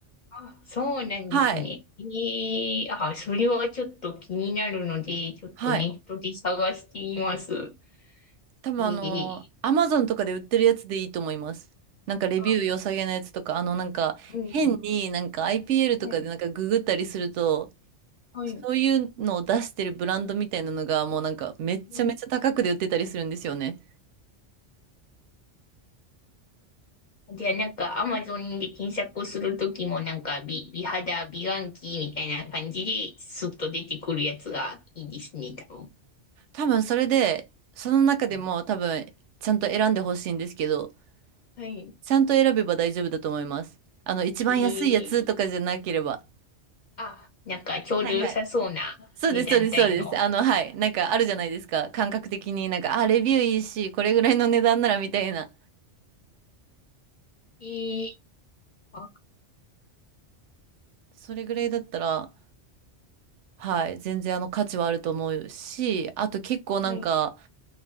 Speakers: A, on the left; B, on the right.
A: あ、そうなんですね。
B: はい。
A: ええあ、それはちょっと気になるので、ちょっとネットで探してみます。
B: はい。多分あの、
A: ええ
B: アマゾンとかで売ってるやつでいいと思います。なんかレビュー良さげなやつとか、
A: あ、
B: あのなんか変になんか
A: うん、
B: IPL とかでなんかググったりすると、
A: はい、はい。
B: そういうのを出してるブランドみたいなのがもうなんかめっちゃめちゃ高くで売ってたりするんですよね。
A: うんじゃあなんかアマゾンで検索するときもなんか美、美肌、美顔器みたいな感じですっと出てくるやつがいいですね、多分。
B: 多分それで、その中でも多分ちゃんと選んでほしいんですけど、
A: うん。はい。
B: ちゃんと選べば大丈夫だと思います。あの、一番安いやつとかじゃなければ。
A: えー、あ、なんかちょうど良さそうな値段帯の。
B: はいはい。そうです、そうです、そうです。あの、はい。なんかあるじゃないですか。感覚的になんか、あ、レビューいいし、これぐらいの値段ならみたいな。
A: えー、あ、
B: それぐらいだったら、はい。全然あの価値はあると思うし、あと結構なんか、
A: はい、